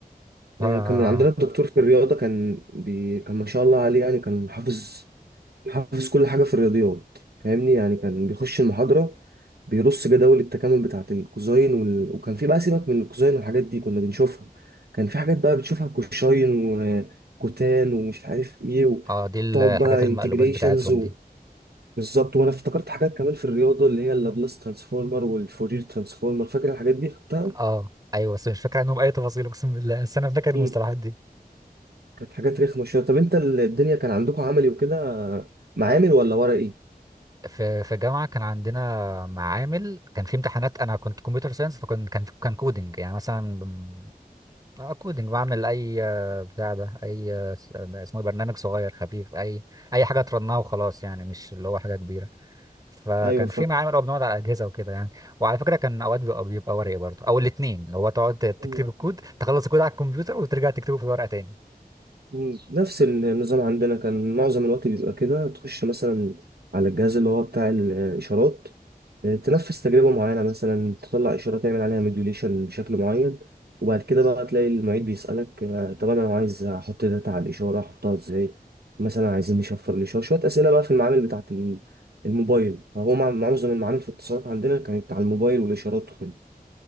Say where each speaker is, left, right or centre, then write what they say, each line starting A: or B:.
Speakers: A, on the right; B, on the right.
A: ف
B: آه،
A: آه
B: كان من عندنا الدكتور في الرياضة كان بي... كان ما شاء الله عليه يعني كان حافظ حافظ كل حاجة في الرياضيات فاهمني يعني كان بيخش المحاضرة بيرص جداول التكامل بتاعة الكوزاين وال... وكان في بقى سيبك من الكوزاين والحاجات دي كنا بنشوفها كان في حاجات بقى بتشوفها كوشاين وكوتان ومش عارف ايه
A: آه دي الحاجات
B: وتقعد بقى
A: المقلوبات
B: انتجريشنز
A: بتاعتهم دي
B: بالظبط وانا افتكرت حاجات كمان في الرياضه اللي هي اللابلاس ترانسفورمر والفورير ترانسفورمر فاكر الحاجات دي خدتها
A: آه أيوة بس مش فاكر عنهم أي تفاصيل أقسم بالله بس أنا فاكر المصطلحات
B: مم.
A: دي
B: كانت حاجات رخمه شويه طب انت ال- الدنيا كان عندكم عملي وكده معامل ولا ورقي
A: في في جامعة كان عندنا معامل كان في امتحانات انا كنت كمبيوتر ساينس فكان كان كان كودنج يعني مثلا بم- آه، كودنج بعمل اي آه، بتاع ده اي آه، س- آه، اسمه إيه، برنامج صغير خفيف اي اي حاجة ترنها وخلاص يعني مش اللي هو حاجة كبيرة فكان
B: ايوه فاهم
A: في معامل او بنقعد على اجهزة وكده يعني وعلى فكرة كان اوقات بيبقى بيبقى ورقي برضه او الاثنين اللي هو تقعد تكتب
B: مم.
A: الكود تخلص الكود على الكمبيوتر وترجع تكتبه في الورقة تاني
B: مم. نفس النظام عندنا كان معظم الوقت بيبقى كده تخش مثلا على الجهاز اللي هو بتاع الإشارات تنفذ تجربة معينة مثلا تطلع إشارة تعمل عليها موديوليشن بشكل معين وبعد كده بقى تلاقي المعيد بيسألك آه، طب أنا عايز أحط داتا على الإشارة أحطها إزاي مثلا عايزين نشفر الإشارة شوية أسئلة بقى في المعامل بتاعة ال- الموبايل هو مع- معظم المعامل في الاتصالات عندنا كانت على الموبايل والإشارات وكده